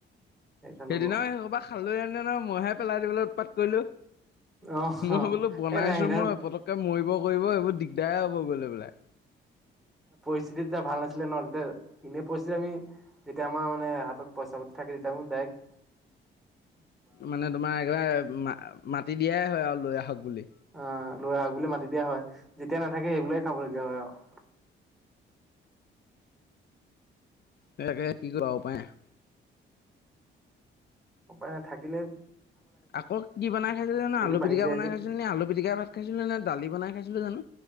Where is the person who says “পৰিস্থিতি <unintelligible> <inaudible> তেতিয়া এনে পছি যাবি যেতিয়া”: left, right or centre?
Centre